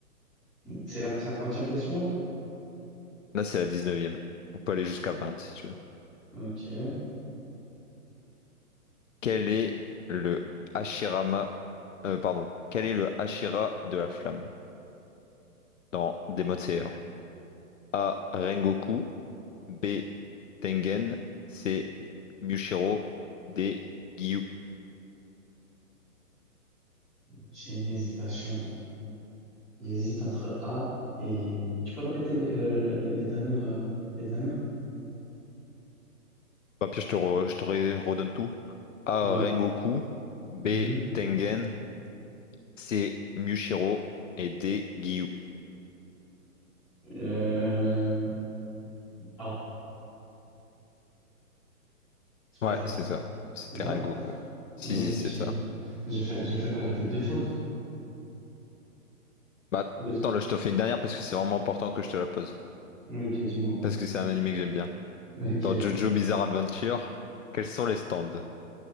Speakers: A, in the centre; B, on the left (about 55°).
A: C'est la, c'est la quantième question, là?
B: Là, c'est la dix-neuvième. On peut aller jusqu'à vingt, si tu veux.
A: Ok.
B: Quel est le Hashirama... euh, pardon. Quel est le Hashira de la flamme dans Demon Slayer? A. Rengoku. B. Tengen. C. Mushiro. D. Gyu.
A: J'ai une hésitation. hein. J'hésite entre A et... Tu peux répéter les, euh, les dernières... euh, les dernières?
B: Bah, puis je te, re- je te re- redonne tout. A.
A: Ouais.
B: Rengoku. B.
A: Mhm.
B: Tengen. c'est Mushiro et des Gyu.
A: Euh, A. C'est pas
B: Ouais,
A: ça.
B: c'est ça. C'était
A: C'est ça?
B: Rengoku. Si,
A: Ok.
B: si, c'est ça.
A: J'ai fait, j'ai fait quoi? J'ai fait deux fautes?
B: Bah,
A: Deux trucs.
B: attends, là, je te fais une dernière parce que c'est vraiment important que je te la pose.
A: Ok, dis-moi.
B: Parce que c'est un animé que j'aime bien.
A: Ok.
B: Dans Jojo Bizarre Adventure, quels sont les stands?